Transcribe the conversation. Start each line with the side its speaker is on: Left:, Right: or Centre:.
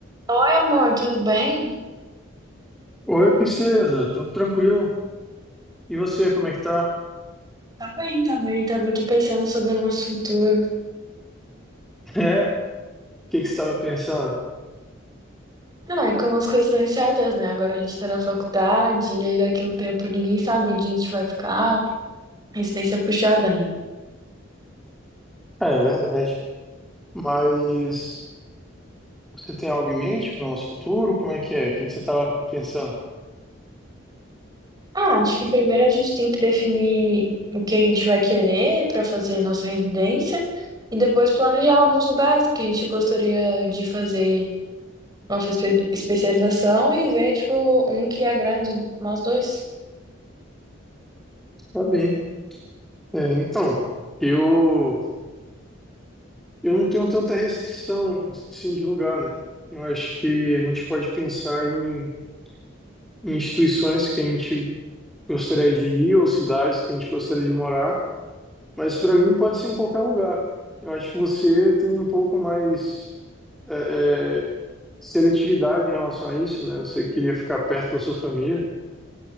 Right: Oi, amor, tudo bem?
Centre: Oi, princesa, tudo tranquilo? E você, como é que tá?
Right: Tá bem também, tava aqui pensando sobre o nosso futuro.
Centre: É? O que que você estava pensando?
Right: Ah, e como as coisas estão incertas, né? Agora a gente tá na faculdade, e aí daqui a um tempo ninguém sabe onde a gente vai ficar. Residência puxada, né?
Centre: É, é verdade. Mas você tem algo em mente para o nosso futuro? Como é que é? O que que você estava pensando?
Right: Ah, acho que primeiro a gente tem que definir o que a gente vai querer pra fazer nossa residência e depois planejar alguns lugares que a gente gostaria de fazer nossa espe- especialização e ver, tipo, um que agrade nós dois.
Centre: Tá bem. É, então, eu eu não tenho tanta restrição assim de lugar, né? Eu acho que a gente pode pensar em, em instituições que a gente gostaria de ir ou cidades que a gente gostaria de morar. Mas para mim pode ser em qualquer lugar. Eu acho que você tem um pouco mais é, é, seletividade em relação a isso, né? Você queria ficar perto da sua família.